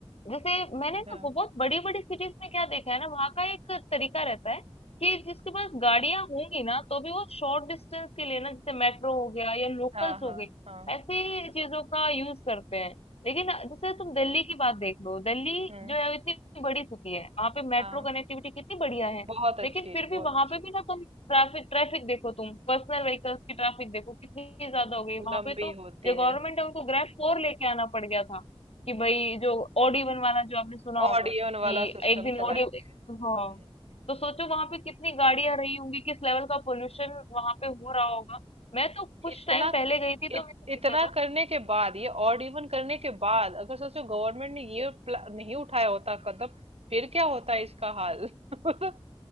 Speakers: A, on the left; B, on the right.
A: जैसे मैंने ना
B: हाँ
A: बहुत बड़ी बड़ी सिटीज में क्या देखा है ना वहाँ का एक तरीका रहता है कि जिसके पास गाड़ियां होंगी ना तो भी वो शॉर्ट डिस्टेंस के लिए ना जैसे मेट्रो हो गया या लोकल्स
B: हाँ हाँ
A: हो गई
B: हाँ
A: ऐसी चीजों का यूज करते हैं लेकिन जैसे तुम दिल्ली की बात देख लो दिल्ली
B: हम्म
A: जो है वो इतनी बड़ी सिटी है वहाँ पे मेट्रो
B: हाँ
A: कनेक्टिविटी कितनी बढ़िया है
B: बहुत अच्छी
A: लेकिन
B: है
A: फिर
B: बहुत
A: भी वहां
B: अच्छी
A: पे
B: है।
A: भी ना तुम ट्रैफिक ट्रैफिक देखो तुम पर्सनल व्हीकल्स की ट्रैफिक देखो कितनी ज्यादा हो गई वहां
B: लंबी
A: पे तो
B: होती
A: जो गवर्नमेंट
B: है
A: है उनको ग्रैब फोर लेके आना पड़ गया था कि भाई जो ओडी वन वाला जो आपने सुना
B: ऑडियन
A: होगा कि
B: वाला सिस्टम
A: एक दिन
B: चलाते
A: ओडी
B: हैं हम्म,
A: हाँ तो सोचो वहां पे कितनी गाड़ियां रही होंगी किस लेवल का पोल्यूशन वहां पे हो रहा होगा मैं तो कुछ
B: इतना
A: टाइम पहले गई थी तो
B: इत,
A: मैंने
B: इतना
A: देखा था
B: करने के बाद ये ऑडियन करने के बाद अगर सोचो गवर्नमेंट ने ये प्ला- नहीं उठाया होता कदम फिर क्या होता है इसका हाल <laughs>